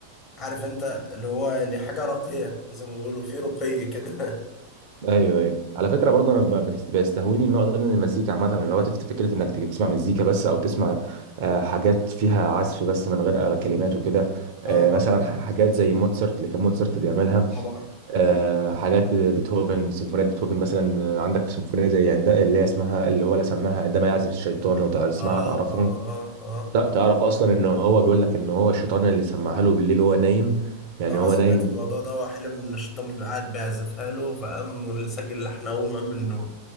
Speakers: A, on the left; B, on the right.
A: عارف انت اللي هو يعني حاجة راقية زي ما بيقولوا في رقي كده
B: ايوه ايوه على فكره برضه انا ب- بيست- بيستهويني النوع ده من المزيكا عامه اللي هو تفت فكره انك تيجي تسمع مزيكا بس او تسمع آه، حاجات فيها عزف بس من غير آه، كلمات وكده
A: <laughs>
B: آه،
A: اه
B: مثلا ح- حاجات زي موتسرت اللي كان موتسرت بيعملها
A: طبعا
B: آه، حاجات ب- بيتهوفن سيمفونيات بيتهوفن مثلا آه، عندك سيمفونيه زي عند اللي هي اسمها اللي هو لا سماها عندما يعزف الشيطان لو تع- تسمعها
A: اه
B: تعرفها
A: اه اه
B: لا
A: اه
B: تعرف اصلا ان هو بيقول لك ان هو الشيطان اللي سمعها له بالليل وهو نايم يعني
A: اه
B: هو
A: سمعت
B: نايم
A: الموضوع ده وحلم ان الشيطان بيبقى قاعد بيعزفها له فقام سجل اللحن اول ما قام من النوم